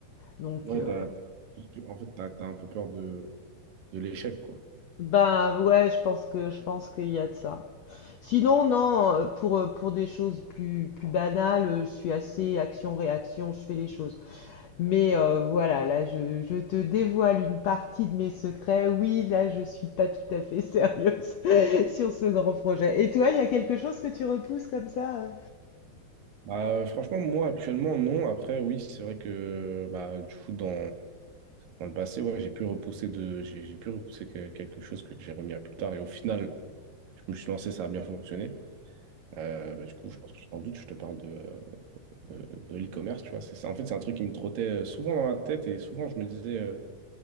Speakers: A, on the left (about 75°); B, on the right (about 65°).
A: Donc,
B: Ouais,
A: euh,
B: t'as- t'as- en fait, tu as, un peu peur de, de l'échec, quoi.
A: ben ouais, je pense que je pense qu'il y a de ça. Sinon, non, euh, pour, euh, pour des choses plus, plus banales, euh, je suis assez action-réaction, je fais les choses. Mais euh, voilà, là, je, je te dévoile une partie de mes secrets. Oui, là, je suis pas tout à fait sérieuse <laughs> sur ce grand projet. Et toi, il y a quelque chose que tu repousses comme ça? euh
B: Bah, euh, franchement, moi actuellement, non. Après, oui, c'est vrai que bah, du coup, dans, dans le passé, ouais, j'ai pu repousser de, j'ai, j'ai pu repousser que- quelque chose que j'ai remis à plus tard. Et au final, je me suis lancé, ça a bien fonctionné. Euh, bah, du coup, je pense que tu t'en doutes, je te parle de, de, de l'e-commerce, tu vois. C'est ça. En fait, c'est un truc qui me trottait euh, souvent dans la tête et souvent, je me disais, euh,